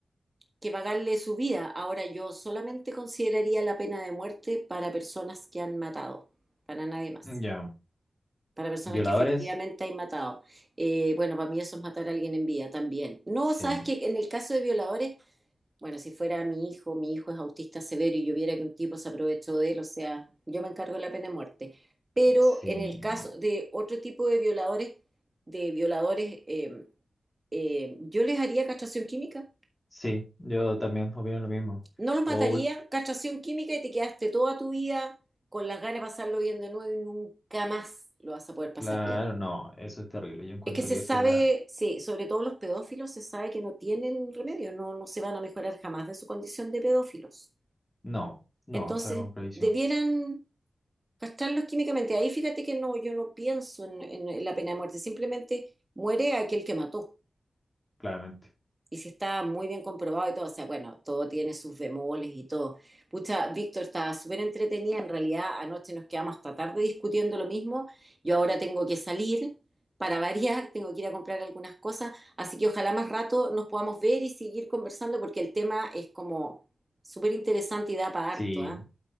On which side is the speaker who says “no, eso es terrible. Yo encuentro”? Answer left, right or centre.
Left